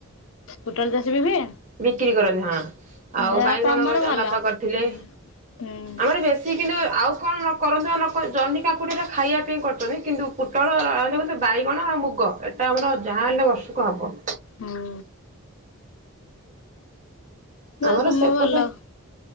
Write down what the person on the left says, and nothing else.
ପୁଟଳ ଚାଷବି ହୁଏ?
ଯା
ତମର
ଭଲ।
ହୁଁ ହୁଁ
ହୁଁ ଯା
ତମେ
ଭଲ।